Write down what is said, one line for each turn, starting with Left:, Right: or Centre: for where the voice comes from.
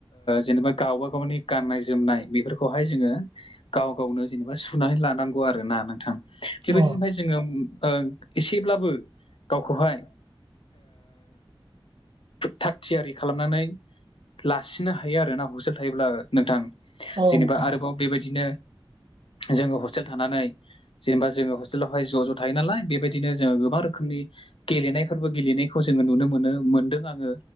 Left: जेनेबा गावबा गावनि गाननाय जोमनाय बेफोरखौहाय जोङो गाव गावनो जेनेबा सुनानै लानांगौ आरो ना नोंथां बेबायदिफ्राय
Right: औ
Left: जोङो एसेब्लाबो गावखौहाय थाग‌ थियारि खालामनानै लासिनो हायो आरो ना हसेे थायोब्ला नोंथां।
Right: औ
Left: जेनेबा
Right: नोंथां
Left: आरोबाव
Right: औ
Left: बेबायदिनो जोङो हस्टेल थानानै जेनेबा जोङो हस्टेलावहाय ज' ज' थायो नालाय बेबायदिनो जोङो गोबां रो रोखोमनि गेलेनायफोरबो गेलेनायखौ जोङो नुनो मोनो मोनदों आङो